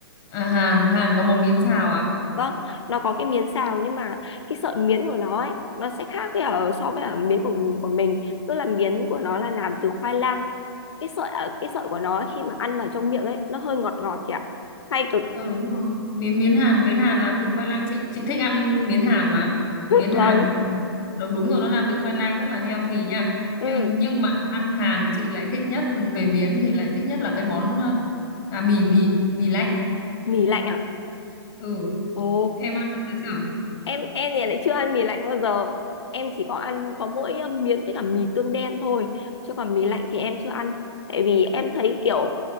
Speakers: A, on the left; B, on the left.
A: à Hàn Hàn có món miến xào à
B: đó nó có cái miến xào nhưng mà cái sợi miến của nó ấy nó sẽ khác với ở so với ở miến của của mình tức là miến của nó là làm từ khoai lang cái sợi ở cái sợi của nó khi mà ăn vào trong miệng ấy nó hơi ngọt ngọt chị ạ hay cực
A: Ờ đúng rồi. Miến miến Hàn, miến Hàn làm từ khoai lang chị chị thích ăn miến Hàn mà. Miến
B: vâng
A: Hàn đúng đúng rồi nó làm từ khoai lang rất là healthy nha.
B: ừ
A: Nhưng nhưng mà đồ ăn Hàn chị lại thích nhất về miến thì lại thích nhất là cái món ờ, à mì mì mì lạnh.
B: mì lạnh à
A: Ừ,
B: ồ
A: em ăn bao giờ chưa?
B: em em thì lại chưa ăn mì lạnh bao giờ em chỉ có ăn có mỗi ờ, miến với cả mì tương đen thôi chứ còn mì lạnh thì em chưa ăn tại vì em thấy kiểu